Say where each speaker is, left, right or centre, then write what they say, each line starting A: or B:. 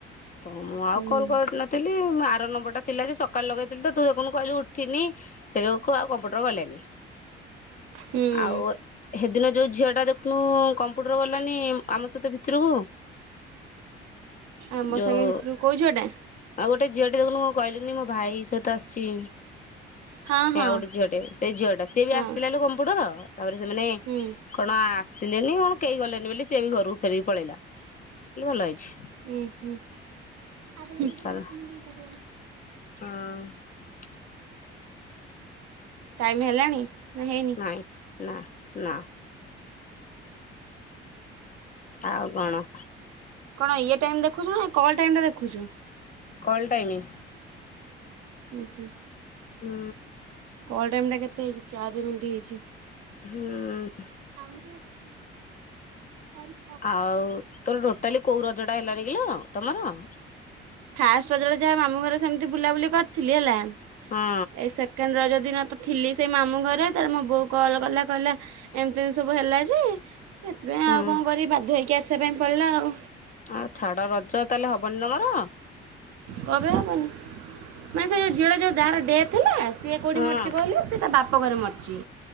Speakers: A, on the left (about 30°); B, on the right (about 60°).
A: ତ ମୁଁ ଆଉ
B: ହୁଁ
A: କଲ୍ କରି ନ ଥିଲି ମୋ ଆର ନମ୍ବଟା ଥିଲା ଯେ ସକାଳେ ଲଗେଇଥିଲି ତ ତୁ ଯଉଖୁଣୁ କହିଲୁ ଉଠିନି। ସେ <unintelligible> ଆଉ କମ୍ପୁଟର ଗଲେନି।
B: ହୁଁ
A: ଆଉ ହେଦିନ ଯୋଉ ଝିଅଟା ଦେଖୁନୁ କମ୍ପୁଟର ଗଲାନି ଆମ ସହିତ ଭିତୁରୁକୁ।
B: ଆମ
A: ଯୋଉ
B: ସାଙ୍ଗେ ଭିତୁରୁକୁ କୋଉ ଝିଅଟା?
A: ଆଉ ଗୋଟେ ଝିଅଟେ ଦେଖୁନୁ ମୁଁ କହିଲିିନି ମୋ ଭାଇ ସହିତ ଆସିଚି।
B: ହଁ
A: ସେ
B: ହଁ
A: ଆଉ ଗୋଟେ ଝିଅଟେ ସେଇ ଝିଅଟା ସିଏ ବି
B: ହଁ
A: ଆସିଥିଲା ଲୋ କମ୍ପୁଟର ତାପରେ ସେମାନେ
B: ହୁଁ
A: କଣ ଆସିଲେନି କଣ କେହି ଗଲେନି ବୁଲି ସିଏ ବି ଘରକୁ ଫେରିକି ପଳେଇଲା କହିଲି ଭଲ ହେଇଚି।
B: ଉଁ ହୁଁ ହୁଁ।
A: ତାର ହଁ।
B: ଟାଇମ୍ ହେଲାଣି ନା ହେଇ
A: ନାଇଁ ନା ନା। ଆଉ କଣ?
B: କଣ ଇଏ ଟାଇମ୍ ଦେଖୁଚୁନା ଏ କଲ୍ ଟାଇମଟା ଦେଖୁଚୁ।
A: କଲ୍ ଟାଇମି।
B: ଉଁ ହୁଁ।
A: ହୁଁ।
B: କଲ୍ ଟାଇମ୍ ଟା କେତେ ହେଇଚି? ଚାରି ମିଣ୍ଟି ହେଇଚି।
A: ହୁଁ।
B: ଆମର ଅଛୁ ଆହୁ
A: ଆଉ, ତୋର ଟୋଟାଲି କୋଉ ରଜଟା ହେଲାନି କିଲ ତମର?
B: ଫାଷ୍ଟ ରଜ ଟା ଯାହା ମାମୁଁ ଘରେ ସେମିତି ବୁଲାବୁଲି କରିଥିଲି ହେଲା,
A: ହଁ
B: ଏ ସେକେଣ୍ଡ ରଜ ଦିନ ତ ଥିଲି ସେଇ ମାମୁଁ ଘରେ ତାର ମୋ ବୋଉ କଲ୍ କଲା କହିଲା ଏମିତି ସବୁ ହେଲା ଯେ ସେଥିପାଇଁ
A: ହୁଁ
B: ଆଉ କଣ କରିବି ବାଧ୍ୟ ହେଇକି ଆସିବା ପାଇଁ ପଡ଼ିଲା ଆଉ।
A: ଆଉ ଛାଡ ରଜ ତାହେଲେ ହବନି ତମର?
B: କରେ ବୁନ୍ ମାନେ ସେ ଝିଅର ଯୋଉ ଯାହାର ଡେଥ୍ ହେଲା, ସିଏ କେଉଠି
A: ହଁ
B: ମରିଛି କହିଲୁ? ସିଏ ତା ବାପଘରେ ମରିଛି।